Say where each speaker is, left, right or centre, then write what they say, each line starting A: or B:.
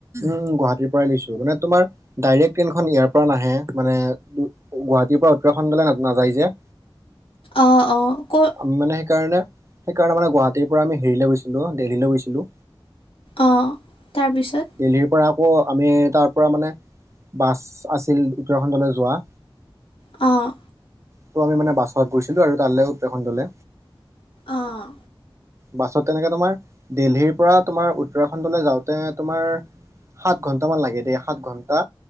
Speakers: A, on the right (about 30°); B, on the left (about 75°).
A: উ গুৱাহাটীৰ পৰাই লৈছোঁ! মানে তোমাৰ ডাইৰেক্ট ট্ৰেইনখন ইয়াৰ পৰা নাহে, মানে দু গুৱাহাটীৰ পৰা উত্তৰাখণ্ডলৈ না নাযায় যে!
B: অঁ, অঁ! ক'ৰ
A: আমি মানে সেইকাৰণে সেইকাৰণে মানে গুৱাহাটীৰ পৰা আমি হেৰিলৈ গৈছিলো দেলহিলৈ গৈছিলো।
B: অঁ'তাৰপিছত।
A: দিল্হীৰ পৰা আকৌ আমি তাৰ পৰা মানে বাছ আছিল উত্তৰাখণ্ডলৈ যোৱা।
B: অঁ'।
A: ত' আমি মানে বাছত গৈছিলো আৰু তালেও উত্তৰাখণ্ডলে।
B: অঁ'।
A: বাছত তেনেকে তোমাৰ দেলহিৰ পৰা তোমাৰ উত্তৰাখণ্ডলৈ যাওঁতে তোমাৰ সাত ঘণ্টামান লাগে দেই সাত ঘণ্টা